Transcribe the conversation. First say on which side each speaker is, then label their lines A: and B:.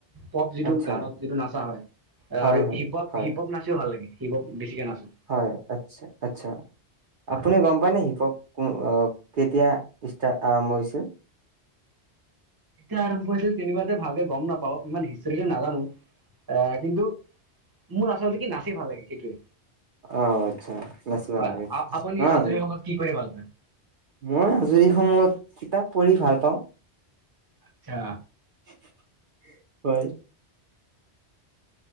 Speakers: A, on the right (about 20°); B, on the right (about 55°).
A: পপ যিটো
B: আচ্ছা
A: গানত যিটো নাচা হয়
B: হয়
A: আৰু
B: হয়
A: হিপ হপ
B: হয়
A: হিপ হপ নাচিও ভাল লাগে হিপ হপ বেছিকে নাছো।
B: হয় আচ্ছা আচ্ছা,
A: হয়।
B: আপুনি গম পায়নে হিপ হপ? <unintelligible> কেতিয়া ষ্টাৰ্ট আৰম্ভ হৈছিল?
A: কেতিয়া আৰম্ভ হৈছিল তেনেকুৱাতে ভালকে গ'ম নাপাও। ইমান হিষ্ট্ৰিকে নাজানো আহ কিন্তু মোৰ আচলতে কি নাচি ভাল লাগে, সেইটোৱে।
B: অহ' আচ্ছা নাচি ভাল
A: হয়
B: লাগে,
A: আপুনি
B: অহ
A: আজৰি সময়ত কি কৰি ভাল পায়?
B: মই আজৰি সময়ত কিতাপ পঢ়ি ভাল পাওঁ।
A: আচ্ছা
B: <unintelligible> হয়।